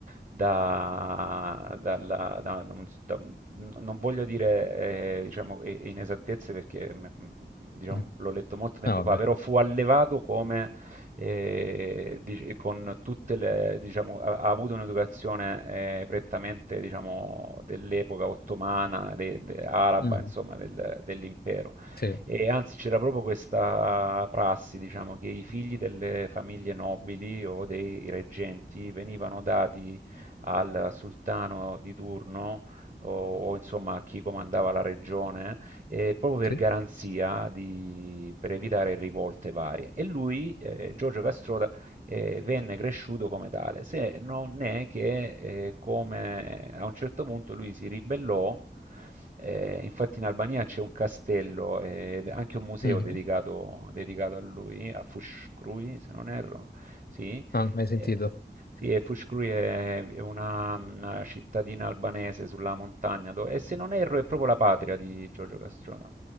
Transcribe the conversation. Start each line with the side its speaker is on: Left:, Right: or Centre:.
Right: da, dalla- da- da un- da un- non voglio dire, eh, diciamo, e- inesattezze perché, mm, mm, diciamo,
Left: Mm.
Right: l'ho letto molto tempo
Left: Ah,
Right: fa,
Left: vabbè.
Right: però fu allevato come e, dic- con tutte le, diciamo, ha, ha avuto un'educazione eh, prettamente, diciamo, dell'epoca ottomana, de- de- araba,
Left: Mm.
Right: insomma, del- dell'impero.
Left: Sì.
Right: E anzi, c'era proprio questa prassi, diciamo, che i figli delle famiglie nobili o dei reggenti venivano dati al sultano di turno o, o, insomma a chi comandava la regione eh, proprio per
Left: Sì?
Right: garanzia, di- per evitare rivolte varie. E lui, eh, Giorgio Castroda, eh, venne cresciuto come tale, se non è che eh, come a un certo punto lui si ribellò, eh, infatti in Albania c'è un castello e eh, anche un museo
Left: Mhm.
Right: dedicato, dedicato a lui, a Fuscrui, se non erro, sì,
Left: Ah, mai
Right: eh,
Left: sentito?
Right: sì, e Fouche-Couli è, è una, una cittadina albanese sulla montagna, dove- e se non erro è proprio la patria di Giorgio Castrota.